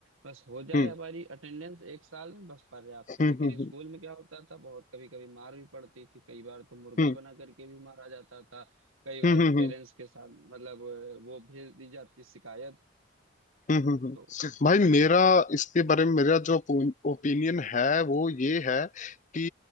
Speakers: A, on the right; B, on the left.
A: बस हो जाए
B: हम्म
A: हमारी अटेंडेंस एक साल में बस पर्याप्त है
B: हम्म
A: लेकिन
B: हम्म
A: स्कूल में क्या होता था बहुत कभी कभी मार भी पड़ती थी कई बार तो मुर्गा
B: हम्म
A: बना करके भी मारा जाता था कई बार
B: हम्म हम्म,
A: पेरेंट्स
B: हम्म,
A: के साथ मतलब अ, वो भेज दी जाती शिकायत
B: हम्म हम्म, हम्म।
A: तो
B: भाई मेरा इसके बारे में मेरा जो ओपिनियन है वो ये है कि